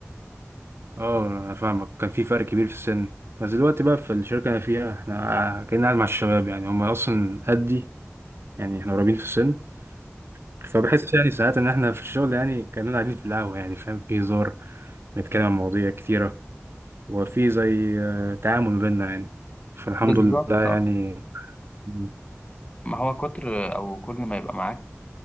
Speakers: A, on the right (about 55°); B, on the left (about 25°).
A: اه انا فاهمك كان في فرق كبير في السن بس دلوقتي بقى في الشركه اللي انا فيها احنا كنا قاعد مع الشباب يعني هم اصلا قدي يعني احنا قريبين في السن فبحس يعني ساعات ان احنا في الشغل يعني كاننا قاعدين في القهوه يعني فاهم في هزار بنتكلم عن مواضيع كتيره وفي زي آه، تعامل ما بيننا يعني فالحمد
B: بالظبط
A: لله يعني مم.
B: ما هو كتر او كل ما يبقى معاك